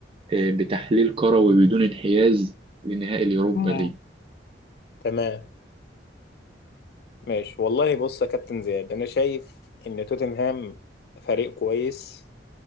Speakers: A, on the right (about 30°); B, on the left (about 55°).
A: آه، بتحليل كروي بدون انحياز لنهائي اليوروبا
B: مم.
A: ليج
B: تمام ماشي والله بص يا كابتن زياد أنا شايف إن توتنهام فريق كويس